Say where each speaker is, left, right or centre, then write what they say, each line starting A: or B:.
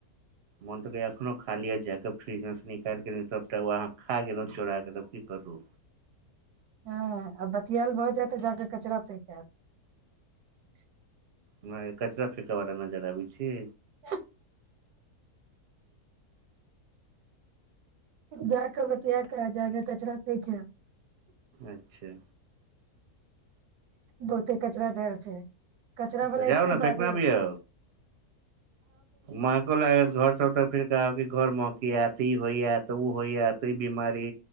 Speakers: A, on the right; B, on the right.
A: मन तऽ एखनो खाली जा कऽ फ्रीज मे निकाल सबटा खा गेलहुँ चोराके त की करू
B: हँ ियल भऽ जात त जाके कचड़ा फकल <unintelligible>
A: म कचरा फेेक बलाा नजर आबै छी
B: ह जाक बत जााक कचरा फेकय
A: अच्छा
B: बहुते कचराा धर छै कचरा वलाा
A: तऽ जाउ
B: एते
A: ने
B: बारे
A: फेकना अबियौ महको लागत घर सब तक फिर कहब घर महक कि अती होइ य तऽ ओ होइ यै त बीमारी